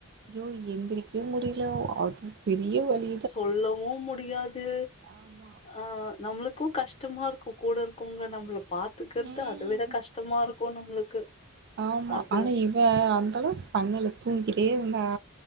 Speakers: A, on the right (about 50°); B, on the left (about 25°).
A: யோ எந்திரிக்க முடியல அதுவூ பெரிய வலி
B: சொல்லவூ முடியாத் து
A: ஆமா
B: ஆ நம்மளுக்கூ கஷ்டமா இருக்கோ கூட இருக்கவங்க நம்மள பாத் இருக்கறத்து
A: ம்
B: அத விட கஷ்டமா இருக்கோ நம்மளுக்கு
A: ஆமா
B: அது
A: ஆனா இவெ அந்தளவு பண்ணல தூங்கிக்கிட்டே இருந்தா